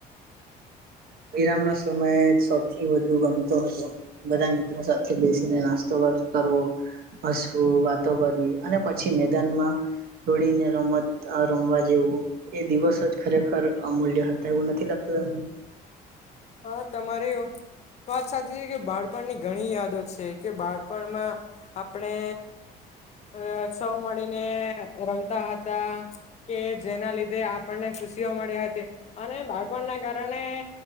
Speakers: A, on the left; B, on the right.
A: <inaudible>
B: વિરામ ન સમયે સૌથી વધુ ગમતો હતો બધા મિત્રો સાથે બેસીને નાસ્તો કર કરવો હસવું વાતો કરવી અને પછી મેદાનમાં જોડીને રમત રમવા જેવું એ દિવસ જ ખરેખર અમૂલ્ય હતા એવું નથી લાગતું. <inaudible>
A: હા તમારે એ વાત સાચી છે કે બાળપણની ઘણી યાદો છે કે બાળપણમાં આપણે અ સૌ મળીને રમતા હતા કે જેના લીધે આપણને ખુશી મળ્યા હતા અને બાળપણ ના કારણે